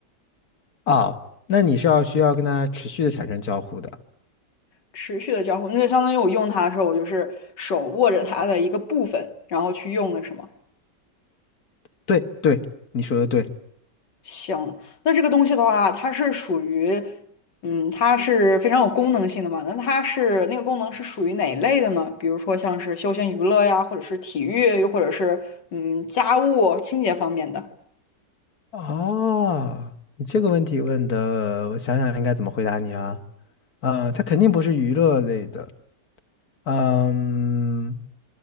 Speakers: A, on the left (about 60°); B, on the left (about 85°).
A: 哦，那你是要需要跟它持续的产生交互的。
B: 持续的交互，那就相当于我用它的时候，我就是手握着它的一个部分，然后去用的是吗？
A: 对对，你说的对。
B: 行，那这个东西的话，它是属于，嗯，它是非常有功能性的嘛？那它是那个功能是属于哪一类的呢？比如说像是休闲娱乐呀，或者是体育，又或者是嗯家务清洁方面的。
A: 哦，你这个问题问的，我想想应该怎么回答你啊？呃，它肯定不是娱乐类的，嗯，